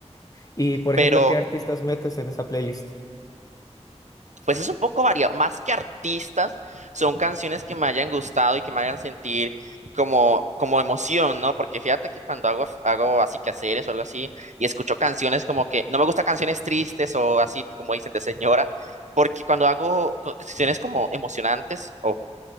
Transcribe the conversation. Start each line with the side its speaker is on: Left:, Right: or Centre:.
Left: Y, por ejemplo,
Right: Pero
Left: ¿qué artistas metes en esa playlist?
Right: pues es un poco variado, más que artistas, son canciones que me hayan gustado y que me hagan sentir como, como emoción, ¿no? Porque fíjate que cuando hago, hago así quehaceres o algo así y escucho canciones como que, no me gustan canciones tristes o así como dicen de señora, porque cuando hago co- canciones como emocionantes o